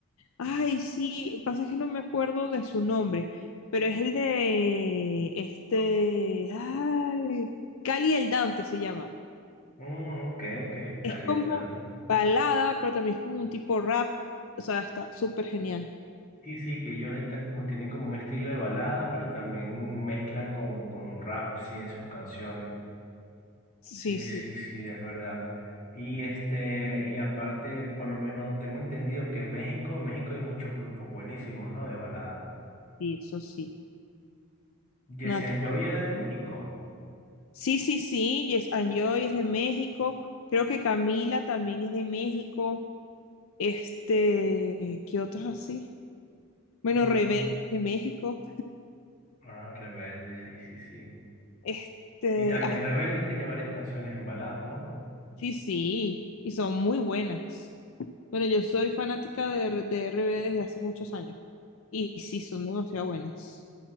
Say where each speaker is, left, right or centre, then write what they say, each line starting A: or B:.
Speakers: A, on the left (about 70°); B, on the left (about 35°).
A: Ay, sí, pasa que no me acuerdo de su nombre, pero es el de este, ay, Cali el Dante se llama.
B: Mm, ok, ok, Cali
A: Es como
B: Hernández.
A: balada, pero también es como un tipo rap, o sea, está súper genial.
B: Sí, sí, que ellos están, como- tienen como un estilo de balada, pero también mezclan con, con rap, sí, en sus canciones.
A: Sí,
B: Sí,
A: sí,
B: sí, sí, es verdad. Y este, y aparte, por lo menos tengo entendido que en México, en México hay muchos grupos buenísimos, ¿no? De balada.
A: sí, eso sí.
B: Jesse
A: Natural.
B: Joy era de México.
A: Sí, sí, sí, Yes and Joy es de México, creo que Camila también es de México, este, ¿qué otros así? Bueno,
B: Yo,
A: Rebelde es de México.
B: ah, Rebelde, sí, sí, sí.
A: Este,
B: Y también Rebelde tiene varias canciones en baladas, ¿no?
A: Sí, sí, y son muy buenas. Bueno, yo soy fanática de, R- de RBD desde hace muchos años y sí, son demasiado buenas.